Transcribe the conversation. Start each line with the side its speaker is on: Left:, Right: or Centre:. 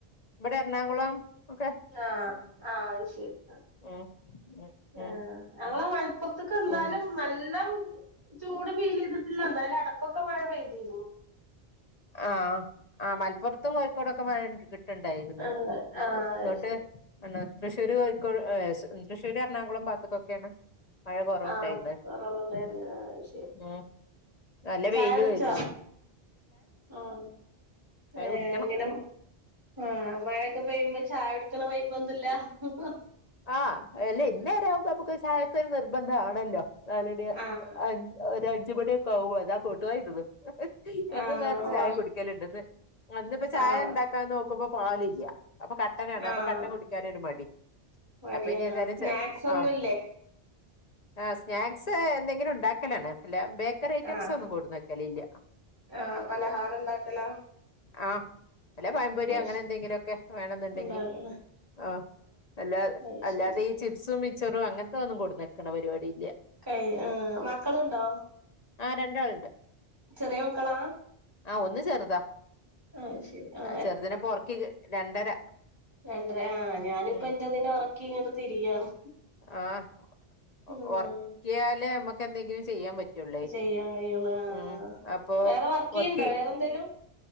Left: വടെ എറണാകുളം ഒക്കെ.
Right: ആഹ് ആഹ് അത് ശെരി ആഹ്
Left: ഉം ഉം
Right: ആഹ്
Left: ഉം
Right: ഞങ്ങളെ മൽ പൊർത്ത്ക്ക് ഇന്നാലും
Left: ഉം
Right: നല്ലംചൂട് ഫീലീത്ട്ട്ല്ല ഇന്നാലും എടകൊക്കെ മയപെയ്തീന്നു
Left: ആഹ് ആഹ് ആഹ് മൽപ്പാെർത്തും കോയിക്കോടൊക്കെ മയണ്ട് കിട്ട്ണ്ടായിരുന്നു
Right: ഉണ്ട്
Left: ഇ
Right: ആഹ്
Left: ഇങ്ങോട്ട്
Right: അത് ശരി
Left: ആണ് തൃശ്ശൂര് കോയിക്കോട് ഏസ് ഉം തൃശ്ശൂര് എർണാകുളം ഭാഗ്ത്ത്ക്ക് ഒക്കേണ് മഴ കൊറവ്
Right: ആഹ്
Left: ഇണ്ടായ്ന്നത്
Right: കൊറവുണ്ടായിരുന്നു
Left: ഉംഹ്
Right: ആഹ് അത് ശരി
Left: ഉം നല്ല
Right: ചായ
Left: വെെലോര്ന്നു
Right: കുടിച്ചോ ആഹ്
Left: ചായ
Right: ഏങ്ങനം
Left: കുടിക്കണം
Right: ആഹ് മയൊക്കെ പെയ്യുമ്പാെ ചായുട്ക്ക്ണ വൈബാെന്നുല്ല ഉംഹ്
Left: ആഹ് അല്ലേ ഇന്നേരാവുംമ്പൊ അപ്പാെക്കെര് സായക്കാെര് നിർബന്ധ ആണല്ലോ നാലണി
Right: ആഹ്
Left: അ ഒരഞ്ച് മണിയൊക്കെ ആവും അതാ കാേട്ടുവായി ഇടുന്ന് ഹ് ഹ് എന്നും
Right: ആഹ്
Left: ഇംനേരത്ത്
Right: ഓ
Left: ചായ കുടിക്കല്ണ്ട് ഇന്ന് ആഹ് ഇന്ന്പ്പൊ ചായ
Right: ആഹ്
Left: ഇണ്ടാക്കാൻ നോക്കുമ്പാെ പാല് ഇല്യ അപ്പൊ കട്ടനാണ്
Right: ആഹ്
Left: അപ്പൊ കട്ടൻ കുടിക്യാനൊരുമടി
Right: മടിയാ
Left: അപ്പൊ ഇനി ഏതായാലും
Right: സ്നാക്സ്
Left: ചപ്
Right: ഒന്നുംല്ലേ
Left: ആഹ് ആഹ് സ്നാക്സ് എന്തെങ്കിലും ഇണ്ടാക്കലാണ് അല്ല ബേക്കറി ഐറ്റംസ്
Right: ആഹ്
Left: ഒന്നും കൊട്ന്ന് വെക്കലില്യ
Right: ആഹ് പലഹാരം ഇണ്ടാക്കലാ
Left: ആഹ് വെല്ല പയംപൊരി അങ്ങനെ
Right: ശ്
Left: എന്തെങ്കിലൊക്കെ വേണംന്ന്ണ്ടെങ്കി
Right: ഉണ്ടാകും
Left: ആഹ് എല്ലാ
Right: അത്
Left: അല്ലാതെ
Right: ശരി
Left: ഈ ചിപ്സും മിച്ചറും അങ്ങൻത്തത് ഒന്നും കൊട് ന്നെക്ക്ണ പരിവാടില്യ
Right: കൈ ആഹ് മക്കള്ണ്ടോ
Left: ആഹ് രണ്ടാളുണ്ട്
Right: ചെറിയ മക്കളാ
Left: ആഹ് ഒന്ന് ചെറ്താ
Right: അത് ശരി ആ
Left: അചെറ്തിനെ ഇപ്പൊ ഒറക്കി രണ്ടര
Right: രണ്ട് രാ ആഹ് ഞാന്പ്പ
Left: ഉം
Right: എന്റതിനെ ഒറക്കി ഇങ്ങട്ട് തിരിയാണ്
Left: ആഹ്
Right: ഉം
Left: ഒ ഒർക്കിയാലെ അമ്മക്കെന്തെങ്കിലും ചെയ്യാൻ പ റ്റൊള്ളേയ്
Right: ചെയ്യാൻ കഴിയുള്ളൂ ആഹ്
Left: ഉം അപ്പൊ
Right: വേറെ വർക്ക് ചെയ്യ്ണ്ടോ
Left: ഒർക്കി
Right: വേറെ എന്തേലും